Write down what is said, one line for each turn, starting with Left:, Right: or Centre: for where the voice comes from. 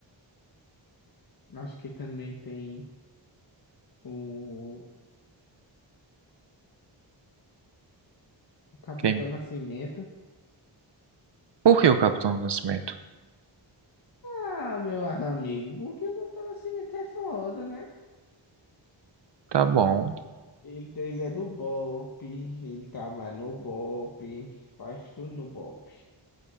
Left: acho que também tem o Capitão
Right: Quem...
Left: Nascimento.
Right: Por que o Capitão Nascimento?
Left: Ah, meu amigo, porque o Capitão Nascimento é foda, né?
Right: Tá bom.
Left: Ele, ele é do BOPE, ele trabalha no BOPE, faz tudo no BOPE,